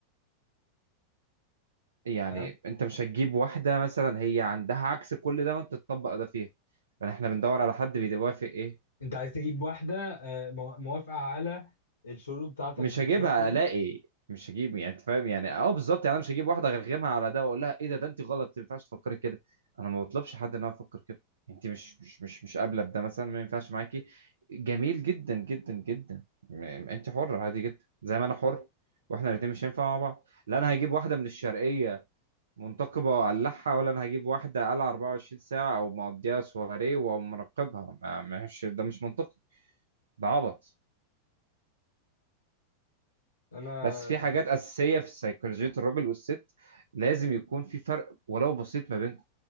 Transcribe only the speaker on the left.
ها
انت عايز تجيب واحده آه، مو- موافقه على الشروط بتاعتك
دي
غير كده
انا